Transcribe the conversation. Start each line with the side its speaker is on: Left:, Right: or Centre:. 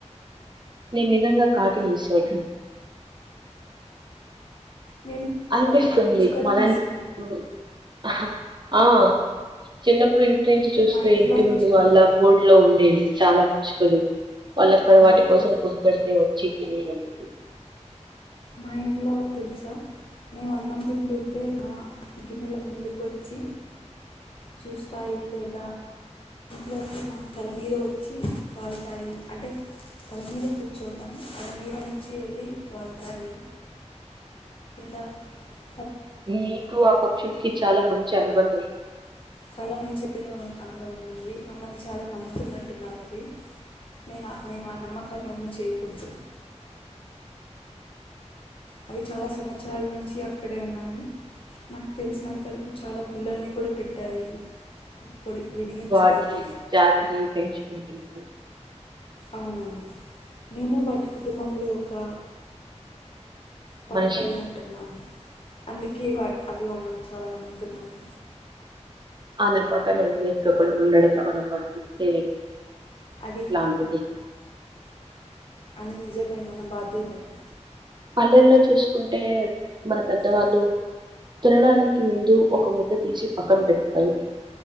Right: నేను నిజంగా కాటిని ఈ శోధను
Left: నేను
Right: అనిపిస్తుంది
Left: ప- పిచ్చుకల్ని
Right: మలా
Left: మిస్
Right: ఇపు
Left: అవుతున్నాను
Right: హ హ ఆ చిన్నప్పుడు ఇంటి నుంచి చూస్తే
Left: మా ఇంట్లో
Right: ఇంటి
Left: పిచ్చుకలు
Right: ముందు వాళ్ళ గోడ్ లో ఉండేవి చాలా పిచ్చుకలు వాళ్ళక్కడ
Left: అవునవును
Right: వాటి కోసం ఫుడ్ పెడితే వచ్చి తినేవండి
Left: మా ఇంట్లో తెలుసా మేము అన్నం తింటుంటే మా గిన్నెల ముందుకు వచ్చి <unintelligible> చూస్తాయి లేదు
Right: <inaudible>
Left: ఇంట్కి మా తల మీద వచ్చి వాళ్తాయి అంటే తల మీీద కూర్చోకని తలమీద నుంచి వెళ్ళి వాళ్ళు <unintelligible>
Right: మీకు ఆ పక్షులకి చాలా మంచి అనుబంధం ఉ
Left: చాలా మంచిరు అనుబంధం ఉంది మమ్మల్ని చాలా నమ్ముతున్నట్టున్నాయి అవి మే మేము ఆ నమ్మకాన్ని ఒమ్ము చేయకూడదుము అవి చాలా సంవత్సరాల నుంచి అక్కడే ఉన్నాయి నాకు తెలిసినంత వరకు చాలా పిల్లల్ని కూడా పెట్టాయి పొడి విడిగించాయి
Right: వాటి జాతినివి పెంచుకుంటున్నారు
Left: అవునవును మేము వాటి కుటుంబంలో ఒక పాటయి
Right: మనిషి
Left: నటున్నాము అందుకే వా అభిమామ్మలు చాలా నమ్ముతున్నాయి
Right: నమ్మకాలు ఎం చేసుకోకుండా ఉండడంతో మనం వర్తించే
Left: అది
Right: లాంతుది
Left: అని నిజమే మన బాధ్యత అది
Right: పల్లెల్లో చూసుకుంటే మన పెద్దవాళ్ళు
Left: ఉమ్,
Right: తినడానికి ముందు ఒక ముఠ తీచి పక్కన పెడతారు